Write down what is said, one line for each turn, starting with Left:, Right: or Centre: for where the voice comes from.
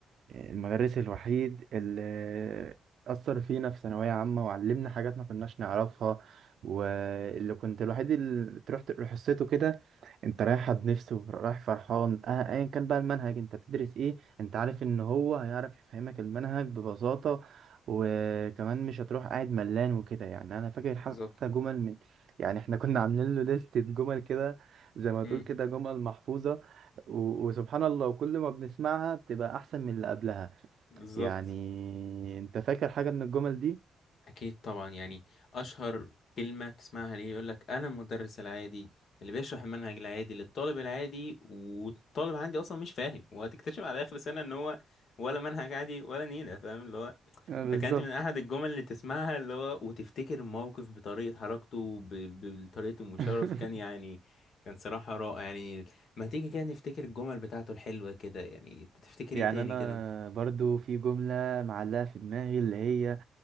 Right: المدرس الوحيد اللي اثر فينا في ثانوية عامة وعلمنا حاجات ما كناش نعرفها واللي كنت الوحيد اللي تروح تروح حصته كده انت رايح بنفسه ورايح فرحان اه ايا كان بقى المنهج انت بتدرس ايه انت عارف ان هو هيعرف يفهمك المنهج ببساطة وكمان مش هتروح قاعد ملان وكده يعني انا فاكر حتى
Left: بالظبط
Right: جمل من <laughs> يعني احنا كنا عاملين له لستة جمل كده زي ما
Left: امم
Right: تقول كده جمل محفوظة و... وسبحان الله وكل ما بنسمعها بتبقى احسن من اللي قبلها
Left: بالظبط
Right: يعني انت فاكر حاجة من الجمل دي
Left: أكيد طبعا يعني أشهر كلمة بتسمعها ليه يقولك أنا المدرس العادي اللي بيشرح المنهج العادي للطالب العادي والطالب عندي أصلا مش فاهم وهتكتشف على آخر سنة إن هو ولا منهج عادي ولا نيلة فاهم اللي هو
Right: آه، بالظبط
Left: فكانت من أحد الجمل اللي تسمعها اللي هو وتفتكر الموقف بطريقة حركته ب- ب- بطريقة المشاورة
Right: <laughs>
Left: فكان يعني كان صراحة رائع يعني ما تيجي كده نفتكر الجمل بتاعته الحلوة كده يعني تفتكر
Right: يعني
Left: إيه تاني
Right: انا
Left: كده
Right: برضو في جملة معلقة في دماغي اللي هي